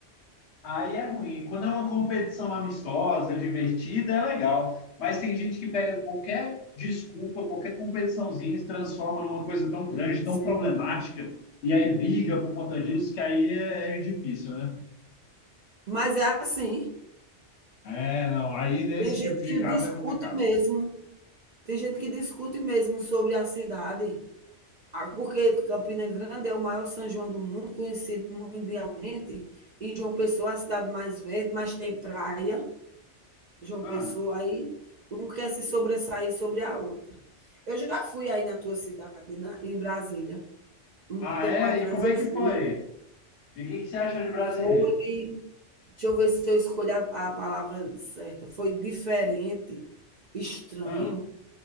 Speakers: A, on the left (about 70°); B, on the right (about 55°).
A: aí é ruim. Quando é uma competição amistosa, divertida, é legal. Mas tem gente que pega qualquer desculpa, qualquer competiçãozinha, e se transforma numa coisa tão grande,
B: Sim.
A: tão problemática, e aí briga por conta disso, que aí é, é difícil, né?
B: Mas é assim.
A: É, não. Aí nesse
B: Tem gente
A: tipo de
B: que
A: caso
B: discute
A: é complicado.
B: mesmo. Tem gente que discute mesmo sobre a cidade, ah, porque Campina Grande é o maior São João do mundo, conhecido mundialmente, e João Pessoa é a cidade mais verde, mas tem praia, João
A: Ah,
B: Pessoa aí, um quer se sobressair sobre a outra. Eu já fui aí na tua cidade, na, em Brasília, um
A: ah,
B: tempo
A: é?
B: atrás
A: E como
B: eu
A: é que
B: fui.
A: foi? E o que que você acha de Brasília?
B: Foi, deixa eu ver se eu escolho a, a palavra certa, foi diferente, estranho.
A: Ah.